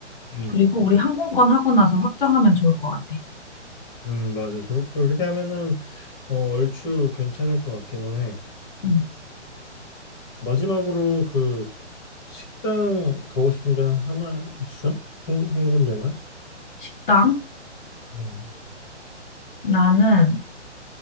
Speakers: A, on the left; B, on the left.
A: 음.
B: 그리고 우리 항공권 하고 나서 확정하면 좋을 것 같아.
A: 음, 맞아. 좋을 거. 그렇게 하면은 어, 얼추 괜찮을 것 같기는 해.
B: 음.
A: 마지막으로 그 식당 가고 싶은 데 하나 있어? 한, 한 군데만?
B: 식당
A: 음.
B: 나는